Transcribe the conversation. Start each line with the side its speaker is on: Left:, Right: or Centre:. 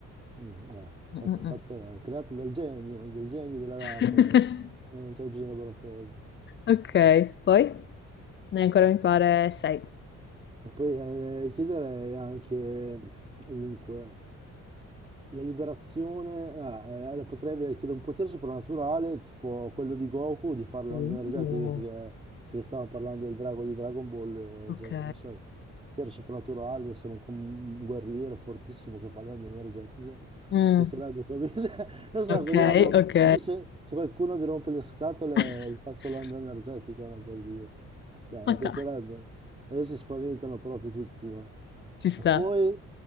Right: Mm, eh,
Left: Mm,
Right: fatta,
Left: mm,
Right: fatta-
Left: mm.
Right: creata dal genio, dal genio della lampada,
Left: <laughs>
Right: non c'è bisogno di laboratorio.
Left: Ok, poi ne hai ancora mi pare sei.
Right: Poi eh, chiederei anche, dunque, La liberazione, ah, eh, la potrei avere, chiede un potere soprannaturale, tipo quello di Goku, di fare le
Left: Uh,
Right: onde energetiche, visto che, visto che stavamo parlando del drago di Dragon Ball,
Left: Ok.
Right: eh, cioè, non so, potere soprannaturale, di essere un, com- un guerriero fortissimo che fa le onde energetiche,
Left: Mm,
Right: piacerebbe come... <laughs> non so,
Left: Ok,
Right: così vado,
Left: ok.
Right: così se, se qualcuno mi rompe le scatole
Left: <laughs>
Right: gli faccio l'onda energetica, no, per dire, cioè,
Left: Ma
Right: mi
Left: dai,
Right: piacerebbe, e così si spaventano proprio tutti, no?
Left: ci sta.
Right: E poi...